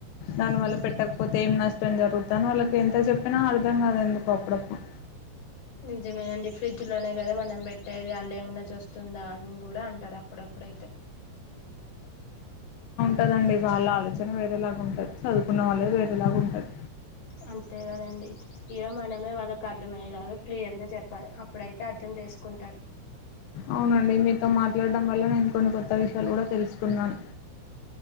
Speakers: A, on the left; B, on the left.
A: దానివల్ల
B: మ్మ్
A: పెట్టకపోతే ఏం నష్టం జరుగుతుంది తను వాళ్ళకి ఎంత చెప్పినా అర్థం కాదు ఎందుకో అప్పుడప్పుడు
B: నిజమేనండి ఫ్రిడ్జ్ లోనే కదా మనం పెట్టేది ఆళ్ళు ఏమన్నా చూస్ తుందా అని కూడా అంటారు అప్పుడప్పుడైతే
A: కదండి వాళ్ళ ఆలోచన వేరేలాగా ఉంటది చదువుకున్న వాళ్ళ వేరేలాగా ఉంటది
B: అంతే కదండి ఇగ మనమే వాళ్ళకి అర్థమయ్యేలాగా క్లియర్ గా చెప్పాలి అప్పుడైతే అర్థ ందేసుకుంటారు
A: అవునండి మీతో మాట్లాడడం వల్ల నేను కొన్ని కొత్త విషయాలు కూడా తెలుసుకున్నాను